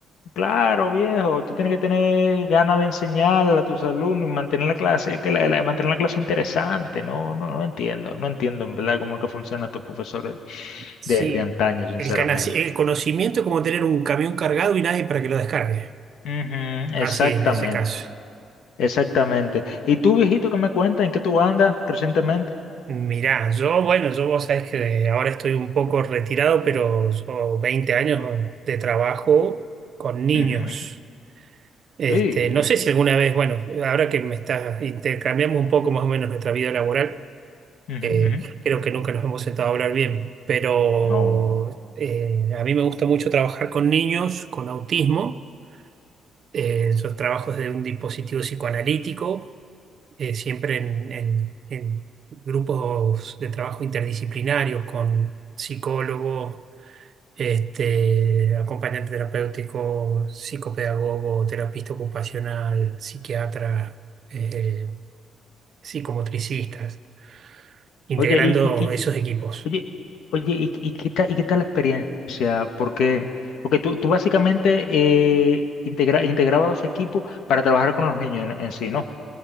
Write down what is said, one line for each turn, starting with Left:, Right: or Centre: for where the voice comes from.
Left: claro, viejo, tú tienes que tener ganas de enseñar a tus alumnos y mantener la clase, que la, la- mantener la clase interesante, ¿no? No, no entiendo, no entiendo en verdad cómo es que funcionan estos profesores
Right: Sí,
Left: de, de antaño, sinceramente.
Right: el, cana- el conocimiento es como tener un camión cargado y nadie para que lo descargue.
Left: Ujú,
Right: Así
Left: exactamente,
Right: es, en ese caso.
Left: exactamente. ¿Y tú, viejito, qué me cuentas? ¿En qué tú andas recientemente?
Right: Mirá, yo, bueno, yo vos sabés que de- ahora estoy un poco retirado, pero yo 20 años de trabajo con niños.
Left: Ujú,
Right: Este,
Left: Sí,
Right: no sé si alguna vez, bueno, ahora que me estás, intercambiamos un poco más o menos nuestra vida laboral,
Left: Ujú,
Right: que
Left: ujú.
Right: creo que nunca nos hemos sentado a hablar bien, pero
Left: no.
Right: eh, a mí me gusta mucho trabajar con niños con autismo. Eh, yo trabajo desde un dispositivo psicoanalítico eh, siempre en, en- en grupos de trabajo interdisciplinarios con psicólogos, este, acompañante terapéutico, psicopedagogo, terapista ocupacional, psiquiatra, eh, psicomotricistas, integrando
Left: Oye, y, y- y-
Right: esos equipos.
Left: oye, oye, y, y qué tal, y qué tal la experiencia? Porque, porque tú, tú básicamente eh, integra- integrabas los equipos para trabajar con los niños en, en sí, ¿no?